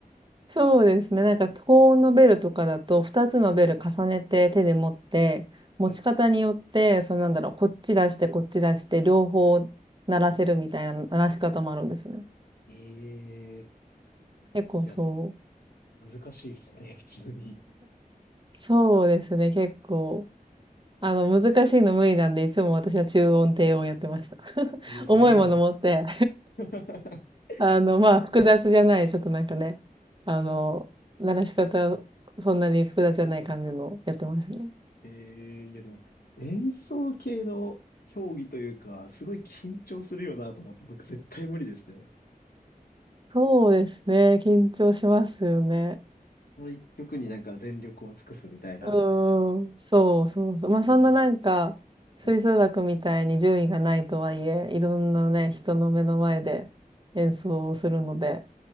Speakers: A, on the right; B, on the left.
A: そうですね。なんか高音のベルとかだと、二つのベル重ねて手で持って、持ち方によって、
B: はい。
A: そのなんだろう、こっち出して、こっち出して、両方鳴らせるみたいな鳴らし方もあるんですね。
B: ええ、
A: 結構そう。
B: いや、難しいですね、普通に。
A: そうですね。結構。あの、難しいの無理なんで、いつも私は中音、低音やってました。<laughs>
B: ええ。
A: 重いもの持って、
B: <laughs>
A: あの、まあ、複雑じゃない、ちょっとなんかね、あの、鳴らし方、そんなに複雑じゃない感じのやってますね。
B: ええ、いや、でも、演奏系の競技というか、すごい緊張するよな、と思って、僕絶対無理ですね。
A: そうですね。緊張しますよね。
B: この一曲になんか全力を尽くすみたいな。
A: うーん。そうそうそう。まあ、そんななんか、
B: 無理。
A: 吹奏楽みたいに順位がないとはいえ、
B: はい。
A: いろんなね、人の目の前で演奏をするので、